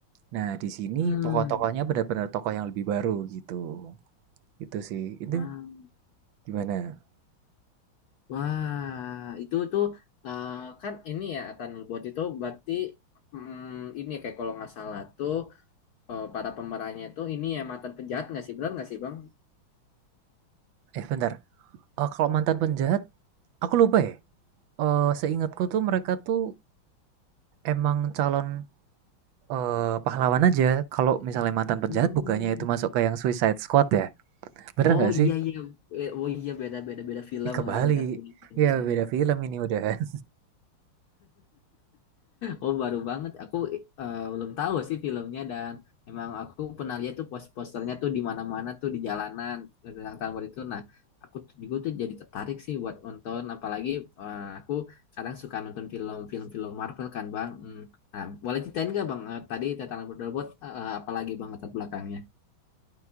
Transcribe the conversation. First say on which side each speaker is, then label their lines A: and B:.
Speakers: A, on the right; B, on the left.
A: Nah, di sini
B: Hmm.
A: tokoh-tokohnya benar-benar tokoh yang lebih baru gitu. Itu sih. Itu
B: Ah.
A: gimana?
B: Wah, itu tuh eh, kan ini ya Thunderbolt itu berarti mm, ini ya, kayak kalau nggak salah tuh eh, para pemerannya tuh ini ya mantan penjahat nggak sih benar nggak sih Bang?
A: Eh, bentar. Eh, kalau mantan penjahat, aku lupa ya. Eh, seingatku tuh mereka tuh emang calon eh, pahlawan aja. Kalau misalnya mantan penjahat
B: Hmm.
A: bukannya itu masuk ke yang Suicide Squad ya? Bener
B: Oh
A: nggak
B: iya
A: sih?
B: iya Eh, oh iya beda beda beda film
A: Ya kebalik.
B: ah beda filmnya.
A: Ya beda film ini udahan.
B: Oh baru banget, aku eh, belum tahu sih filmnya dan emang aku pernah lihat tuh pos-posternya tuh di mana-mana tuh di jalanan tentang Tambor itu. Nah aku tuh juga tuh jadi tertarik sih buat nonton, apalagi eh, aku kadang suka nonton film-film film Marvel kan bang. Hmm. Nah boleh ceritain nggak bang eh, tadi tentang robot eh, apalagi bang latar belakangnya?